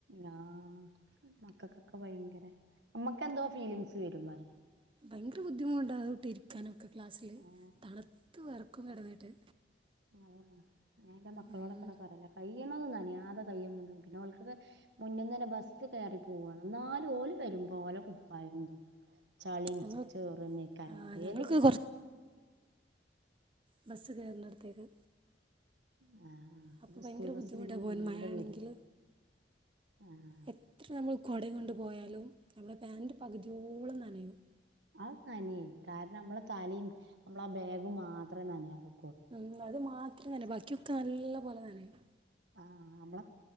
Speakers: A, on the right (about 75°); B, on the right (about 30°).
A: ആ മക്കക്കൊക്കെ ഭയങ്കര നമ്മക്ക് എന്തോ ഫീലിങ്സ് വരൂന്ന്‌ പറ
B: ഭയങ്കര ബുദ്ധിമുട്ടാ അതും ഇട്ട് ഇരിക്കാനൊക്കെ ക്ലാസ്സില്
A: ആ
B: തണുത്ത് വിറ ക്കുവാ കിടന്നിട്ട്
A: ആണോ ഞാനെന്റെ മക്കളോടൊക്കെ
B: ഉം
A: ഒന്ന് പറഞ്ഞേക്കാം ഈ പെയ്യന്നത് നനയാതെ കഴിയും പിന്നെ അവൾക്കൊക്കെ മുന്നീന്ന് തന്നെ ബസ് കേറി പോവാണ് എന്നാലും ഓല് വരുമ്പോൾ ഓലെ കുപ്പായോം തു ചളി
B: ഞങ്ങൾ
A: ചേറും <unintelligible>
B: ആ ഞങ്ങൾക്ക് ബസ്സ് കേറുന്നടുത്തേക്ക്
A: ആ ആ
B: അപ്പൊ
A: ഇത്
B: ഭയങ്കര
A: സ്കൂൾ
B: ബുദ്ധിമുട്ടാ
A: ബസ്സ് പിന്നെ
B: പോകാൻ
A: മുന്നിലൂടെ
B: മഴയാണെങ്കിൽ
A: വരും ആ
B: എത്ര നമ്മള് കുടയും കൊണ്ട് പോയാലും നമ്മുടെ പാൻറ് പകുതിയോളം നനയയും
A: അത് നനിം കാരണം നമ്മളെ തലയും നമ്മളെ ആ ബാഗും മാത്രമേ നനയാതെ
B: ഉം അത് മാത്ര അല്ല ബാക്കിയൊക്കെ നല്ല പോലെ നനഞ്ഞു
A: ആ നമ്മള